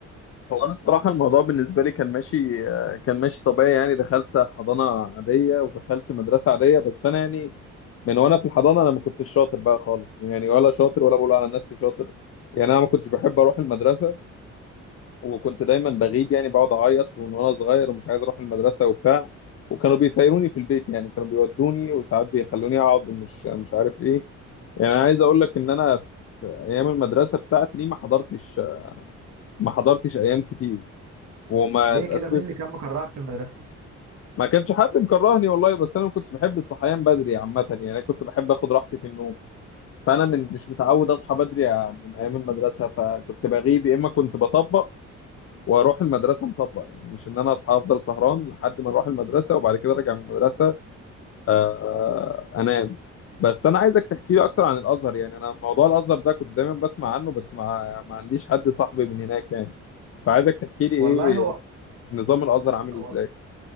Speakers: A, on the left (about 50°); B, on the right (about 60°).
A: هو انا بصراحه الموضوع بالنسبه لي كان ماشي كان ماشي طبيعي يعني دخلت حضانه عاديه ودخلت مدرسه عاديه بس انا يعني من وانا في الحضانه انا ما كنتش شاطر بقى خالص يعني ولا شاطر ولا بقول على نفسي شاطر يعني انا ما كنتش بحب اروح المدرسه وكنت دايما بغيب يعني بقعد اعيط ومن وانا صغير ومش عايز اروح المدرسه وبتاع وكانوا بيسيروني في البيت يعني كانوا بيودوني وساعات بيخلوني اقعد ومش مش عارف ايه يعني انا عايز اقول لك ان انا في ايام المدرسه بتاعتي دي ما حضرتش ما حضرتش ايام كتير وما
B: ليه
A: اتاسست
B: كده مين اللي كان مكرهك في المدرسة
A: ما كانش حد مكرهني والله بس انا ما كنتش بحب الصحيان بدري عامه يعني انا كنت بحب اخد راحتي في النوم فانا من مش متعود اصحى بدري يعني من ايام المدرسه فكنت بغيب يا اما كنت بطبق واروح المدرسه مطبق يعني مش ان انا اصحى افضل سهران لحد ما اروح المدرسه وبعد كده ارجع من المدرسه آه، انام
B: مم.
A: بس انا عايزك تحكي لي اكتر عن الازهر يعني انا موضوع الازهر ده كنت دايما بسمع عنه بس ما ما عنديش حد صاحبي من هناك يعني فعايزك تحكي لي ايه
B: والله هو
A: نظام الازهر عامل
B: وال-
A: ازاي